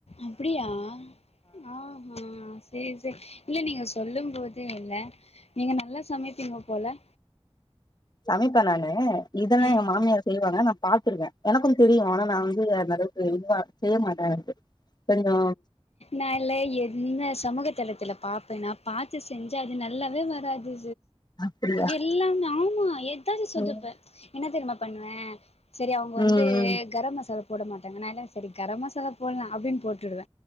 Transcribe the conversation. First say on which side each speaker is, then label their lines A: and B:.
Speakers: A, on the left; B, on the left.
A: அப்டியா ஆமா சே சேரி இல்ல நீங்க சொல்லும் போதே இல்ல நீங்க நல்லா சமைப்பீங்க போல
B: சமைப்பே நானு இதெல்லா
A: ம்
B: எங்க மாமியார் செய்வாங்க நா பாத்திருக்கே எனக்கு தெரியு அனா நா வந்து நெறைய இது வந்து நா செய்ய மாட்டன்டு கொஞ்சோ
A: நான்ல என்ன சமூக தலத்துல பாப்பேன்னா பாத்து செஞ்சா அது நல்லாவே வராது
B: அப்டியா
A: எல்லாமே ஆமா ஏதாது சொதுப்பு
B: ம்
A: என்ன தெரியுமா பண்ணுவே செரி அவங்க வந்து
B: ம்
A: கர மசாலா போட மாட்டாங்க நா என்ன சரி கரம் மசாலா போடலா அப்டின் போட்டுடுவ